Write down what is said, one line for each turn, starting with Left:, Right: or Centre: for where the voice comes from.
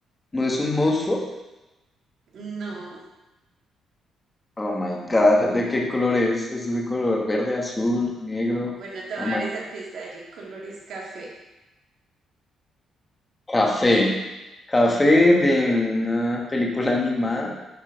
Left: No es un monstruo.
Right: No.
Left: Oh my God, ¿de qué color es? Es de color verde, azul, negro,
Right: Bueno, te voy
Left: amarillo.
Right: a dar esa pista. El color es café.
Left: Café. Café de una película animada.